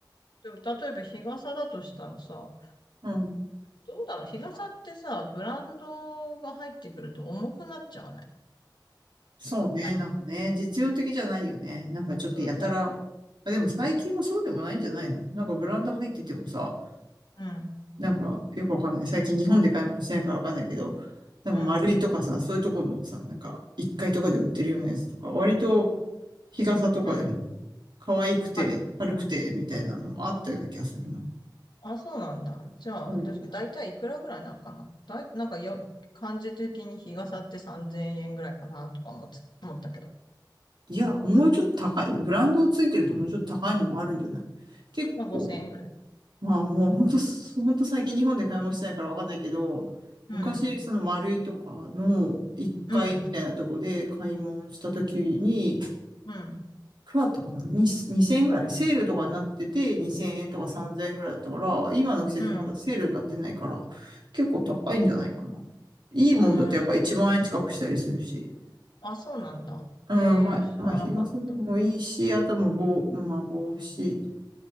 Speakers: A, on the left (about 70°); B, on the right (about 75°).
A: でも例えば日傘だとしたらさ、
B: う。
A: どうだろう日傘ってさ、ブランドが入ってくると重くなっちゃわない
B: そうね、
A: あの、
B: なんかね、
A: なんか、
B: 実用的じゃないよね。なんかちょっとやたら、
A: そう、じゃあ
B: あ、でも最近はそうでもないんじゃないのなんかブランド入っててもさ、
A: うん、
B: なんかよくわかんない。最近日本で買い物してないからわかんないけど、なんか丸いとかさ、
A: うん、
B: そういうところのさ、なんか1階とかで売ってるようなやつとか、割と日傘とかでも
A: うん、
B: 可愛くて軽くてみたいなのもあったような気がするな。
A: 軽い。あ、そうなんだ。じゃあ、
B: うん。
A: だだいたいいくらぐらいなんかなだい、なんかよ、感じ的に日傘って3000円ぐらいかなとか思つ思ったけど。
B: いや、もうちょっと高い。ブランドついてるともうちょっと高いのもあるんじゃない結構
A: まあ5000円ぐらい。
B: まあもう本当、本当最近日本で買い物してないからわかんないけど、
A: うん、
B: 昔その丸いとかの1階みたいなとこで買い物した時に、
A: うん、
B: い
A: うん、
B: くらだったかなに2 0円ぐらいセールとかになってて2000円とか3000円ぐらいだったから、今の季節まだセールになってないから、
A: うん、
B: 結構高いんじゃないかな。いいもんだとやっぱ1万円近くしたりするし。
A: うん。あ、そうなんだ。
B: うん、
A: えー、
B: まあ、
A: 知らなかった。
B: まあ日傘でもいいし、あともう帽、まあ帽子。